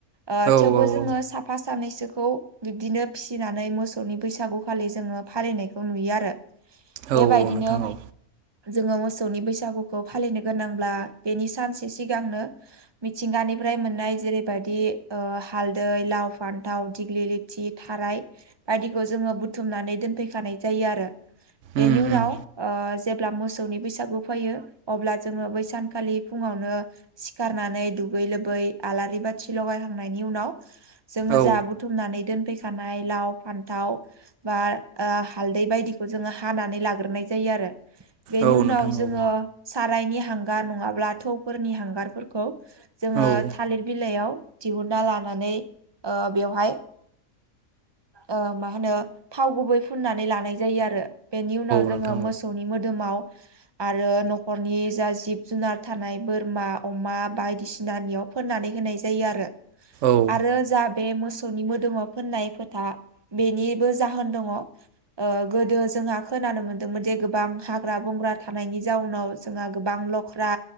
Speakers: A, on the right (about 25°); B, on the right (about 60°).
A: ओ
B: औ-औ-औ
A: थेवबो जोङो साफा- साफ सानैसोखौ बिब्दिनो फिसिनानै मोसौनि बैसागुखालि जोङो फालिनायखौ नुयो आरो बेबायदिनो
B: औ-औ नोंथां औ
A: जोंऔ मोसौनि बैसागु बैसागुखौ फालिनो गोनांब्ला बेनि सानसे सिगांनो मिथिंगानिफ्राय मोननाय जेरैबायाददि ओ हालदै लाव फान्थाव दिग्लि लि थि थाराय बायदिखौ जोङो बुथुमनानै दोनफैखानाय जायो आरो बेनि
B: उम-उम
A: उनाव ओ जेब्ला मोसौनि बैसागु फैयो अब्ला जोङो बै सानखालि फुङावनो सिखारनानै दुगै लोबै आलारि बाथि लगायखांनायनि उनाव जोङो
B: औ
A: जोंहा बुथुमनानै दोनफैखानाय लाव फानथाव बा ओ हालदै बायदिखौ जोङो हानानै लाग्रोनाय जायो आरो बेनि
B: औ
A: उनाव
B: नोंथां
A: जोङो
B: औ-औ औ
A: सारायनि हांगार नंआबा थौफोरनि हंगारफोरखौ जोङो
B: औ
A: थालिर बिलाइयाव दिहुनना लानानै ओ बेवहाय ओ मा होनो थाव गुबै फुननानै लानाय जायो आरो बेनि उनाव जोङो
B: नोंथां
A: मोसौनि मोदोमाव आरो न'खरनि जा जिब जुनार थानाय बोरमा अमा बायदिसिनानियाव फोननानै होनाय जायो आरो
B: औ औ
A: आरो जा बे मोसौनि मोदोमाव फोननाय फोथा बेनिबो जाहोन दङ ओ गोदो जोंहा खोनानो मोनदोंमोन जे गोबां हाग्रा बंग्रा थानायनि जाउनाव जोंहा गोबां लख्रा